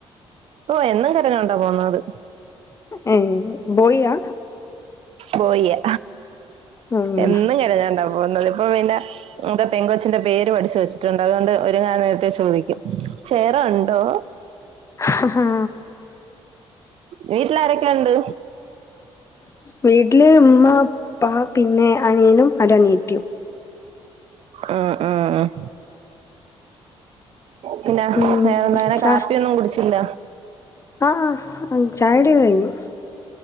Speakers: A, on the right; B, on the left.
A: ഓ എന്നും കരഞ്ഞോണ്ടോ പോന്നത്
B: ഏ ബോയിയാ
A: ബോയിയാ
B: ആഹ്
A: എന്നും കരഞ്ഞോണ്ടാ പോന്നത് ഇപ്പൊ പിന്നെ എന്തൊ പെങ്കൊച്ചിന്റെ പേര് പഠിച്ചു വെച്ചിട്ടുണ്ട് അതുകൊണ്ട് ഒരുങ്ങാ നേരത്തെ ചോദിക്കും സേറ ഒണ്ടോ
B: ഹഹഹാ
A: വീട്ടിലാരൊക്കെയൊണ്ട്
B: വീട്ടില് മ്മ പ്പാ പിന്നെ അനിയനും ഒരനിയത്തിയും
A: ആഹ് ആഹ് ആഹ് പിന്നെ
B: ഉം
A: വേറെന്താങ്ങന
B: ച
A: കാപ്പിയൊന്നും കുടിച്ചില്ല
B: ആഹ് ചായടികെ കയ്ഞ്